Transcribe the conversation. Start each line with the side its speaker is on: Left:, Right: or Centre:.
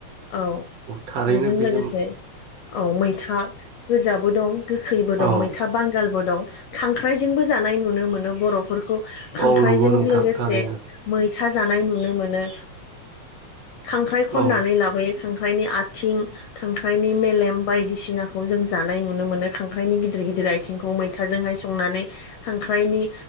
Left: औ
Right: थारैनो
Left: बेजों
Right: बेयो
Left: लोगोसे औ मैथा। गोजाबो दं गोखैबो दं
Right: औ
Left: मैथा बांगाल। बो दं खांख्रायजोंबो जानाय नुनो मोनो बर'फोरखौ। खांख्राइजों
Right: औ नंगौ नोंथां
Left: लोगोसे
Right: थारैनो
Left: मै था जानाय नुनो मोनो खांख्राइ खननानै
Right: औ
Left: लाब नि खांख्रायनि आथिं खांख्रायनि मेलेम बायदिसिनाखौ जों जानाय नुनो मोनो खांख्रायनि गिदिर गिदिर आथिंखौ मैथाजोंहाय संनानै खांख्राइनि